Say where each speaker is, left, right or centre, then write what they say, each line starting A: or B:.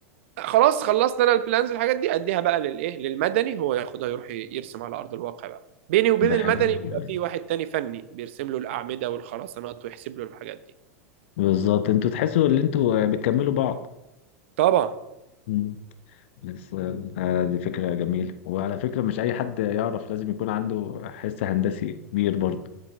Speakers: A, on the right (about 55°); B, on the left (about 55°).
A: خلاص خلصت انا البلانز والحاجات دي اديها بقى للايه للمدني هو ياخدها يروح يرسم على ارض الواقع بقى بيني وبين
B: ده
A: المدني
B: حقيقي
A: بيبقى في واحد تاني فني بيرسم له الاعمده والخرسانات ويحسب له الحاجات دي
B: بالظبط انتوا تحسوا ان انتوا بتكملوا بعض
A: طبعا
B: مم. بس آه، دي فكرة جميلة وعلى فكرة مش أي حد يعرف لازم يكون عنده حس هندسي كبير برضه